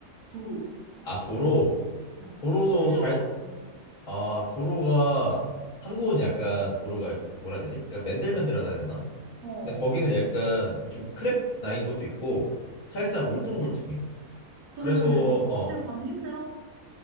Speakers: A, on the right (about 75°); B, on the left (about 70°).
A: 도로.
B: 아 도로.
A: 어.
B: 도로도
A: 캐리어가
B: 잘
A: 어떤,
B: 아, 도로가 한국은 약간 도로가 이렇게 뭐라 해야 되지? 약간 맨들맨들하다 해야 되나?
A: 어,
B: 근데 거기는 약간 좀 크랙 나인 것도 있고 살짝
A: 어.
B: 울퉁불퉁해.
A: 그러면은,
B: 그래서
A: 무겁게
B: 어,
A: 들고 가면 힘들어?